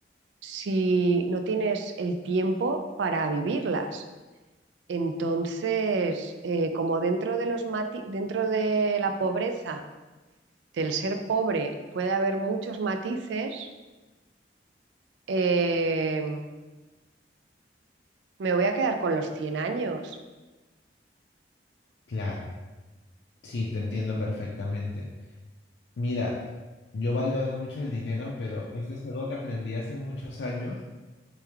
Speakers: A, on the right; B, on the left.
A: si no tienes el tiempo para vivirlas? Entonces, eh, como dentro de los mati- dentro de la pobreza, del ser pobre, puede haber muchos matices, eh, me voy a quedar con los cien años.
B: Claro, sí, te entiendo perfectamente. Mira, yo valoro mucho el dinero, pero esto es algo que aprendí hace muchos años